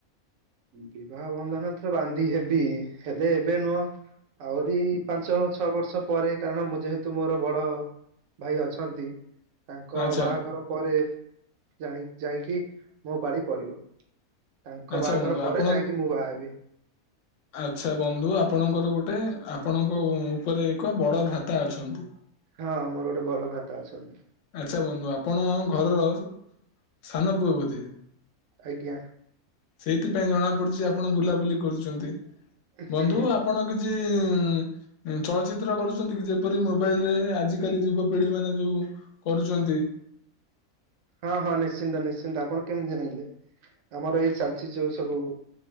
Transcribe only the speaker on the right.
ବିବାହ ବନ୍ଧନ ତରେ ବାନ୍ଧି ହେବି ହେଲେ ଏବେ ନୁହଁ ଆହୁରି ପାଞ୍ଚ ଛଅ ବର୍ଷ ପରେ କାରଣ ମୁଁ ଯେହେତୁ ମୋର ବଡ ଭାଇ ଅଛନ୍ତି, ତାଙ୍କ
ବାହାଘର ପରେ ଜାଣି ଯାଇକି ମୋ ପାଳି ପଡିବ ତାଙ୍କ
ବାହାଘର
ପରେ
ଯାଇକି ମୁଁ ବାହା ହେବି
ହଁ ମୋର ଗୋଟେ ବଡ ଭ୍ରାତା ଅଛନ୍ତି।
ଆଜ୍ଞା।
ହୁଁ
ହଁ ହଁ ନିଶ୍ଚିନ୍ତ ନିଶ୍ଚିନ୍ତ ଆପଣ କେମିତି ଜାଣିଲେ? ଆମର ଏଇ ଚାଲିଛି ଯୋଉ ସବୁ